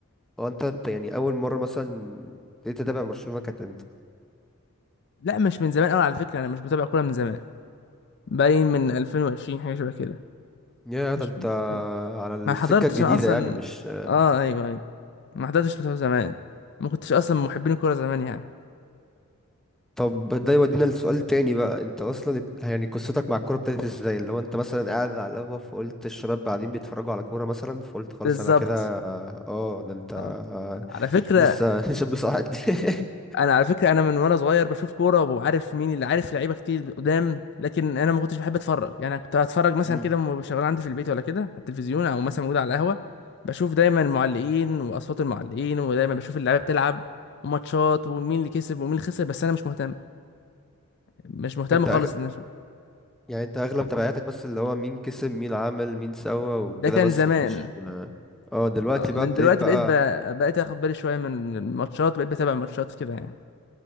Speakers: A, in the centre; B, on the left.
A: هو انت انت يعني اول مرة مثلا ابتديت تتابع برشلونة كانت امتى
B: لا مش من زمان قوي على فكرة انا مش بتابع كورة من زمان باين من 2020 حاجة شبه كده
A: يا ده
B: مش
A: انت
B: مش مش
A: على السكة
B: ما حضرتش
A: الجديدة
B: انا اصلا
A: يعني مش
B: اه ايوه ايوه ما حضرتش بتوع زمان ما كنتش اصلا من محبين الكورة زمان يعني
A: طب ده يودينا لسؤال تاني بقى انت اصلا ات- يعني قصتك مع الكوره ابتدت ازاي اللي هو انت مثلا قاعد على القهوه فقلت الشباب قاعدين بيتفرجوا على كوره مثلا فقلت خلاص
B: بالظبط
A: انا كده اه ده انت آه،
B: آه. على فكرة
A: لسه <laughs> شاب صاعد <laughs>
B: انا على فكره انا من وانا صغير بشوف كوره وعارف مين اللي عارف لعيبه كتير قدام لكن انا ما كنتش بحب اتفرج يعني كنت اتفرج مثلا
A: مم.
B: كده وأنا شغال عندي في البيت ولا كده على التلفزيون او مثلا موجود على القهوه بشوف دايما المعلقين واصوات المعلقين ودايما بشوف اللعيبه بتلعب وماتشات ومين اللي كسب ومين اللي خسر بس انا مش مهتم مش مهتم
A: انت
B: خالص
A: أغ...
B: ان أنا اشوف
A: يعني انت اغلب تبعاتك بس اللي هو مين كسب مين عمل مين سوى
B: ده
A: وكده
B: كان
A: بس
B: زمان
A: مفيش اه دلوقتي
B: اه من
A: بقى ابتديت
B: دلوقتي
A: بقى
B: بقيت ب... بقيت اخد بالي شويه من من الماتشات بقيت بتابع الماتشات كده يعني